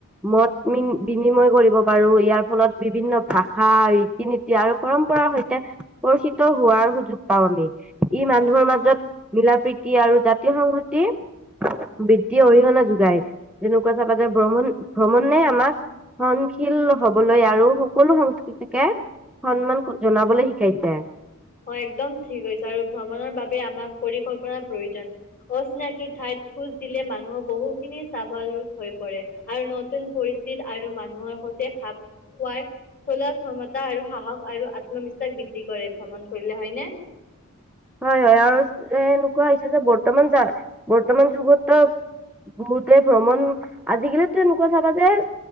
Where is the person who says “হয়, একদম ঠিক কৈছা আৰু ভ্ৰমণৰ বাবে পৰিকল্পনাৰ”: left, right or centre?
Left